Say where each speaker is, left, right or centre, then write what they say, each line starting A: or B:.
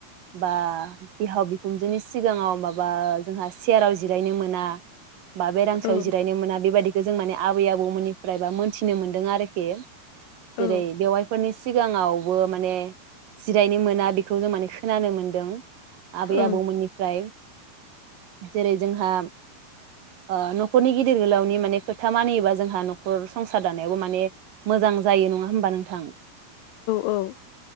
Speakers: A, on the right; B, on the left.
A: बा बिहाव बिखुनजोनि सिगाङाव माबा जोंहा सेयाराव जिरायनो मोना बा बेरांसियाव
B: औ
A: जिरायनो मोना बेबायदि जों माने आबै आबौ मोननि फ्रायबा मोनथिनो मोन्दों आरोखि जेरै
B: औ
A: बेवायफोरनि सिगाङाव बो माने जिरायनो मोना बेखौ जों माने खो खोनानो मोनदों आबेै
B: औ
A: आबौमोननिफ्राय जेरै जोंहा ओ न'खरनि गिदिर गोलावनि माने खोथा मानियोबा जोंहा न'खर संसार दानायावबो माने मोजां जायो नङा होमबा नोंथां
B: औ